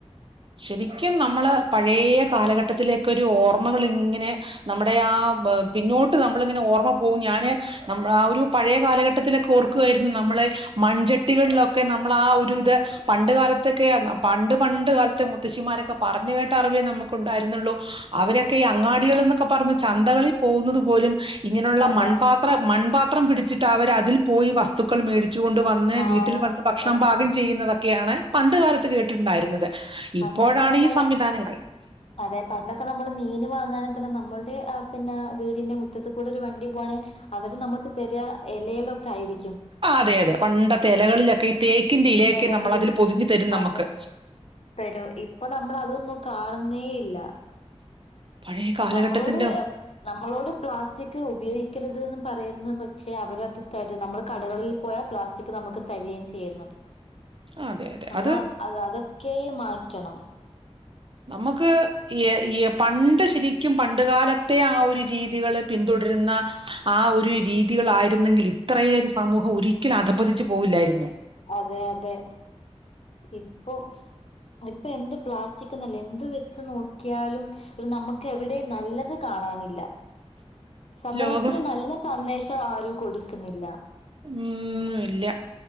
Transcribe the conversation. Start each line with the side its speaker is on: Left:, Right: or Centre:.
Right: ശെരിക്കും നമ്മള് പഴയ കാലഘട്ടത്തിലേ
Left: ഉം
Right: ക്ക് ഒരു ഓർമ്മകളിങ്ങനെ നമ്മുടെ ആ പിന്നോട്ട് നമ്മളിങ്ങനെ ഓർമ്മ പോ പ്പൊ ഞാന് നമ്മ ആ ഒരു പഴെ കാലഘട്ടത്തിലൊക്കെ ഓർക്ക ക്കുവായിരുന്നു നമ്മള് മൺചട്ടികളിലൊക്കെ നമ്മളാ ഒരു ഇത് പണ്ട് കാലത്തൊക്കെയ പണ്ട് പണ്ട് കാലത്ത് ത്തെ മുത്തശ്ശിമാരൊക്കെ പറഞ്ഞു കേട്ട അറിവേ നമുക്കുണ്ടായിരുന്നുള്ളൂ അവരൊക്കെ ഈ അങ്ങാടികൾ എന്നൊക്കെ പറഞ്ഞ ചന്തകളിൽ പോകുന്നത് പോലും ഇങ്ങനെയുള്ള
Left: അതെ
Right: മൺപാത്ര മൺപാ ത്രം പിടിച്ചിട്ട് അവരതിൽ പോയി വസ്തുക്കൾ മേടി ച്ചു കൊണ്ട് വന്ന്
Left: ആ
Right: വീട്ടിൽ
Left: വസ്തുക്കൾ
Right: വന്ന് ഭക്ഷണം പാകം ചെയ്യുന്ന ഒക്കെയാണ് പണ്ട് കാലത്ത് കേട്ടിട്ടുണ്ടായിരുന്നത് ഇപ്പോഴാണ്
Left: പണ്ടൊക്കെ നമ്മള്
Right: ഈ സംവിധാനങ്ങൾ
Left: അതെ പണ്ടൊക്കെ നമ്മള് മീൻ വാങ്ങന്ന് തന്നെ നമ്മൾ പിന്നെ വീടിന്റെ മുറ്റത്ത് കൂടെ ഒരു വണ്ടി പോണ് അവര് നമുക്ക് തെര് കാ എലെലൊക്കെ ആയിരി
Right: ആ അതെ അതെ പണ്ടത്തെ എലകളിലൊക്കെ ഈ തേക്കിന്റെ ഇലയൊക്കെ
Left: എലകളിൽ
Right: നമ്മൾ അതിൽ പൊതിഞ്ഞു തരും നമുക്ക്
Left: അതെ തരും ഇപ്പൊ നമ്മള് അതൊന്നും കാണുന്നേ ഇല്ല
Right: പഴയ കാലഘട്ടത്തിന്റെ
Left: നമ്മളോട് നമ്മളോട് പ്ലാസ്റ്റിക് ഉപയോഗിക്കരുത് ന്ന് പറയുന്നു പക്ഷെ അവരത് തര് നമ്മള് കടകളിൽ പോയാ പ്ലാസ്റ്റിക് നമുക്ക് തരികേം ചെയ്യുന്നു
Right: അതെ അതെ
Left: നമ്മള
Right: അത്
Left: അ അതൊക്കെയും മാറ്റ റ്റണം
Right: നമ്മുക്ക് ഈ ഈ പണ്ട് ശരിക്കും പണ്ട് കാലത്തെ ആ ഒരു രീതികള് പിന്തുടരുന്ന ആ ഒരു രീതികളായിരുന്നെങ്കിൽ ഇത്രയേറെ സമൂഹം ഒരിക്കലും അധപതിച്ചു പോവില്ലായിരുന്നു
Left: അതെ അതെ ഇപ്പൊ ഇപ്പൊ എന്ത് പ്ലാസ്റ്റിക് എന്നല്ല എന്ത് വെച്ച് നോക്കിയാലും ഒരു നമുക്ക് എവിടെയും നല്ലത് കാണാനില്ല സമൂഹത്തിന്
Right: ലോകം
Left: നല്ല സന്ദേ ശം ആരും കൊടുക്കുന്നില്ല
Right: ഉം ഇല്ല